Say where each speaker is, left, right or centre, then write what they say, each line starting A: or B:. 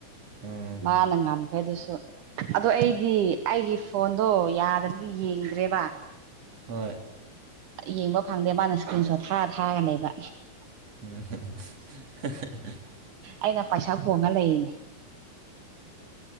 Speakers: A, on the right; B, on the right.
A: ꯎꯝ
B: ꯃꯥꯅ ꯉꯝꯈꯩꯗꯨꯁꯨ ꯑꯣ ꯑꯩ ꯗꯤ ꯑꯩꯒꯤ ꯐꯣꯟꯗꯣ ꯌꯥꯗꯕꯒꯤ ꯌꯦꯡꯗ꯭ꯔꯦꯕ
A: ꯍꯣꯏ
B: ꯌꯦꯡꯕ ꯐꯪꯗꯦ ꯃꯥꯅ ꯏꯁꯀ꯭ꯔꯤꯟ ꯁꯣꯠ ꯊꯥꯔ ꯊꯥꯔꯒ ꯂꯩꯕ
A: ꯎꯝ
B: ꯑꯩꯅ ꯄꯩꯁꯥ ꯄꯣꯡꯉ ꯂꯩꯅꯤ